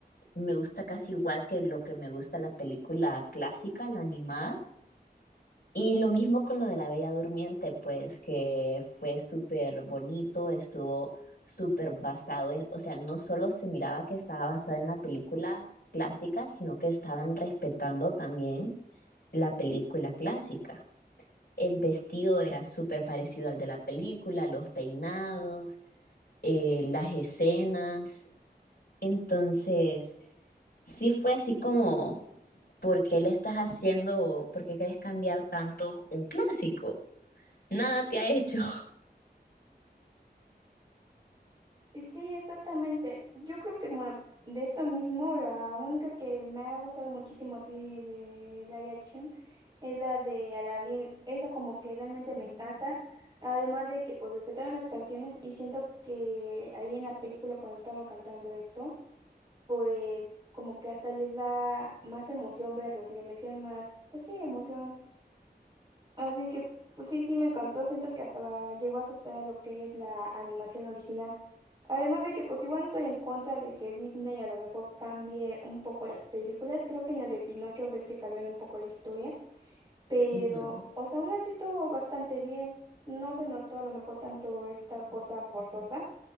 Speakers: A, on the left (about 65°); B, on the right (about 30°).
A: me gusta casi igual que lo que me gusta la película clásica, la animada. Y lo mismo con lo de la Bella Durmiente, pues que fue súper bonito, estuvo súper basado en, o sea, no solo se miraba que estaba basada en la película clásica, sino que estaban respetando también la película clásica. El vestido era súper parecido al de la película, los peinados, eh, las escenas. Entonces, sí fue así como, ¿por qué le estás haciendo, por qué querés cambiar tanto un clásico? nada te ha hecho.
B: Y Sí, exactamente. Yo creo que bueno, de esto mismo, la única que me ha gustado muchísimo así de live action es la de Aladdin. Esa como que realmente me encanta. Además de que pues respetaron las canciones y siento que ahí en la película cuando estaban cantando esto, pues como que hasta les da más emoción verlas, le metieron más, pues sí, emoción Así que, pues sí, sí me encantó. Siento que hasta va- llegó a superar lo que es la animación original. Además de que, pues igual no estoy en contra de que Disney a lo mejor cambie un poco las películas. Creo que en la de Pinocho ves que cambiaron un poco la historia. Pero,
A: <laughs> Ujú,
B: o sea, aún así estuvo bastante bien. No se notó a lo mejor tanto esta cosa forzosa.